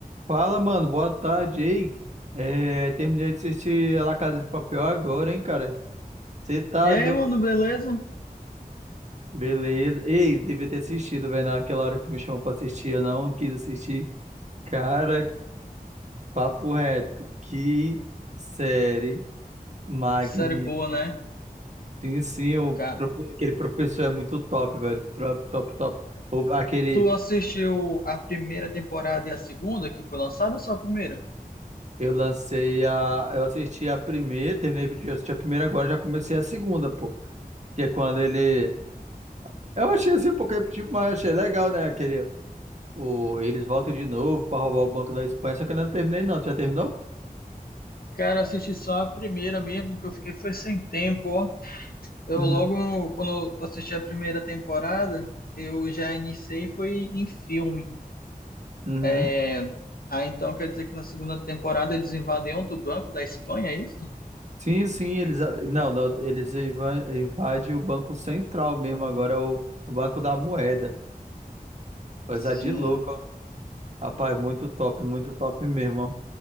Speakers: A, on the right (about 50°); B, on the left (about 70°).
A: Fala, mano, boa tarde, ei. É, terminei de assistir La Casa de Papel agora, hein, cara? Você tá
B: E aí,
A: do...
B: mano, beleza?
A: Beleza. Ei, devia ter assistido, velho, naquela hora que me chamou pra assistir, eu não quis assistir. Cara, papo reto, que série magnífica.
B: Série boa, né?
A: Sim, sim, o
B: Cara,
A: profe- aquele professor é muito top, velho. Top, top, top. O- aquele...
B: tu assistiu a primeira temporada e a segunda que foi lançada ou só a primeira?
A: Eu lancei a... Eu assisti a primeira, terminei de assistir a primeira, agora já comecei a segunda, pô. Que é quando ele...
B: Hum.
A: Eu achei assim um pouco repetitivo, mas achei legal, né? Aquele. O, eles voltam de novo pra roubar o Banco da Espanha, só que eu ainda não terminei, não. Tu já terminou?
B: Cara, assisti só a primeira mesmo, que eu fiquei foi sem tempo, ó. Eu
A: Uhum.
B: logo, quando eu assisti a primeira temporada, eu já iniciei foi em filme.
A: Uhum.
B: É... Ah, então quer dizer que na segunda temporada eles invadem outro banco da Espanha, é isso?
A: Sim, sim, eles. a- Não, não, eles inva- invadem o Banco Central mesmo, agora é o, o Banco da Moeda. Coisa
B: Sim.
A: de louco, ó. Rapaz, muito top, muito top mesmo, ó.